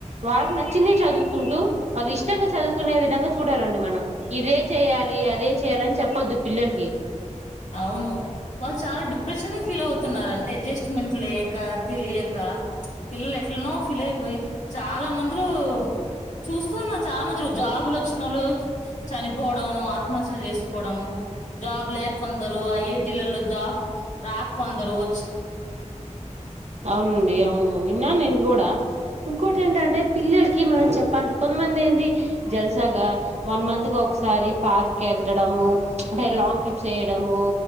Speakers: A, on the right; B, on the left.
A: వాళ్ళకి నచ్చింద చదువుకుంటూ వాళ్ళు ఇష్టంగా చదువుకునే విధంగా చూడాలండి మనం ఇదే చేయ్యాలి. అదే చేయాలని చెప్పొద్దు పిల్లలకి
B: అవును వాళ్ళు చాలా డిప్రెషన్ ఫీల్ అవుతున్నడి. అడ్జస్ట్మెంట్ లేక తెలియక పిల్లలు ఎట్లున్నావ్ ఫీలయిపోయి <inaudible> చాలా మందిరు చూస్తూ ఉన్నారు, చాలా మందిరు జాబులు వచ్చిన వాళ్ళు చనిపోవడం, ఆత్మహత్యలు చేసుకోవడం. జాబు లేె కొందరు ఐఐటీలల్లో జా రా కొందరూ వ
A: అవునండి అవును విన్నా నేను కూడా ఇంకోటి ఏంటంటే పిల్లలకి మనం చెప్పాలండి కొంతమంది ఏంటి జలసాగా వన్ మంత్ కి ఒకసారి పార్క్ వెళ్ళడము అంటే లాంగ్ ట్రిప్స్ చేయడము